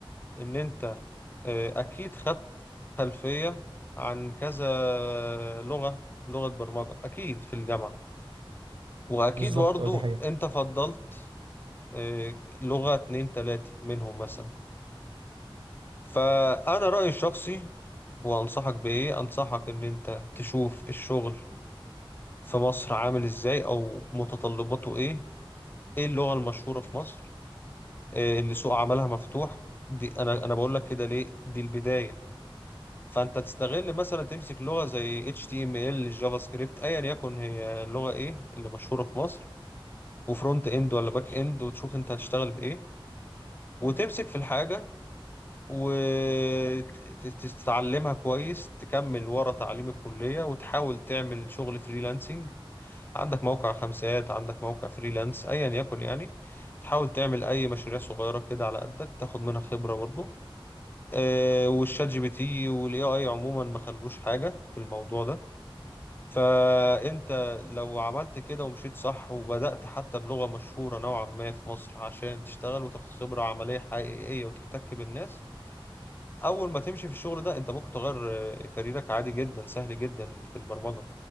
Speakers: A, on the left; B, on the right.
A: إن أنت آه، أكيد خدت خلفية عن كذا لغة لغة برمجة أكيد في الجامعة وأكيد
B: بالظبط
A: برضو
B: اه دي حقيقة
A: أنت فضلت آه، لغة اتنين تلاتة منهم مثلا فأنا رأيي الشخصي وأنصحك بإيه أنصحك إن أنت تشوف الشغل في مصر عامل إزاي أو متطلباته إيه ايه اللغة المشهورة في مصر إيه اللي سوق عملها مفتوح دي انا انا بقول لك كده ليه دي البداية فانت تستغل مثلا تمسك لغة زي HTML جافا سكريبت ايا يكن هي اللغة ايه اللي مشهورة في مصر وفرونت اند ولا باك اند وتشوف انت هتشتغل بايه وتمسك في الحاجة وتتعلمها كويس تكمل ورا تعليم الكلية وتحاول تعمل شغل فريلانسنج عندك موقع خمسات عندك موقع فريلانس ايا يكن يعني تحاول تعمل اي مشاريع صغيره كده على قدك تاخد منها خبره برضه آه والشات جي بي تي والاي اي عموما ما خلوش حاجه في الموضوع ده فانت لو عملت كده ومشيت صح وبدأت حتى بلغه مشهوره نوعا ما في مصر عشان تشتغل وتاخد خبره عمليه حقيقيه وتحتك بالناس اول ما تمشي في الشغل ده انت ممكن تغير آه، كاريرك عادي جدا سهل جدا في البرمجة